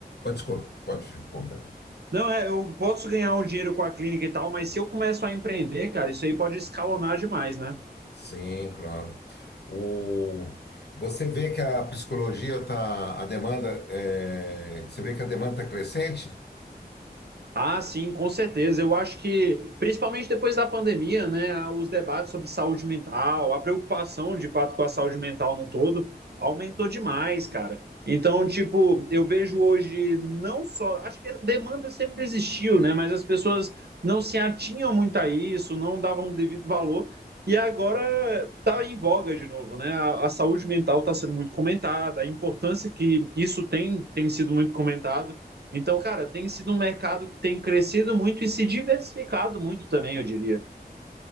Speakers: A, on the left (about 80°); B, on the right (about 75°).
A: oh, desculpa, pode completar.
B: Não, é, eu posso ganhar um dinheiro com a clínica e tal, mas se eu começo a empreender, cara, isso aí pode escalonar demais, né?
A: Sim, claro. O... Você vê que a psicologia tá, a demanda, é, você vê que a demanda está crescente?
B: Ah, sim, com certeza. Eu acho que, principalmente depois da pandemia, né, os debates sobre saúde mental, a preocupação de fato com a saúde mental no todo, aumentou demais, cara. Então, tipo, eu vejo hoje não só. Acho que a demanda sempre existiu, né, mas as pessoas não se atinham muito a isso, não davam o devido valor. E agora tá em voga de novo, né? A, a saúde mental está sendo muito comentada, a importância que isso tem, tem sido muito comentado. Então, cara, tem sido um mercado que tem crescido muito e se diversificado muito também, eu diria.